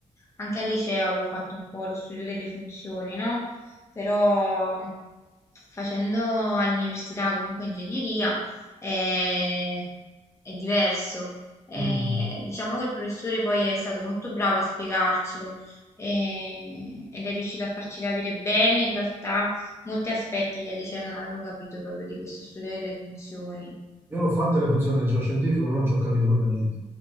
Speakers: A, on the left; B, on the right.
A: anche al liceo avevo fatto un po' lo studio delle funzioni, no? però facendo all'università comunque ingegneria è, è diverso. Eh,
B: Mm.
A: diciamo che il professore poi è stato molto bravo a spiegarcelo eh, ed è riuscito a farci capire bene in realtà molti aspetti che al liceo non avevo capito proprio di questo studio delle funzioni.
B: Io l'ho fatta le funzioni del geoscientifico, però non ci ho capito proprio niente.